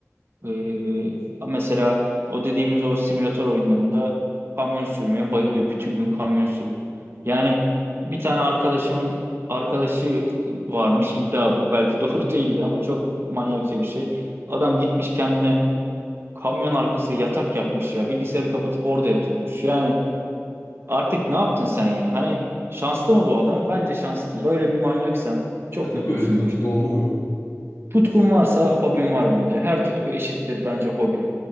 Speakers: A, on the right (about 45°); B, on the left (about 70°).
A: Ee, mesela o dediğimiz o simülatör oyunlarında kamyon sürmeye bayılıyor. Bütün gün kamyon sürüyor. Yani bir tane arkadaşımın arkadaşı varmış iddia bu. Belki doğru <laughs> değildir ama çok manyakça bir şey. Adam gitmiş kendine kamyon arkası yatak yapmış ya. Bilgisayarı kapatıp orada yatıyormuş. Yani artık ne yaptın sen ya? Hani şanslı mı bu adam? Bence şanslı. Böyle bir manyaksan çok
B: Ya tabii
A: mutlusundur.
B: öyle tutku oldu mu?
A: Tutkun varsa hobin var bence. Her tutku eşittir bence hobi.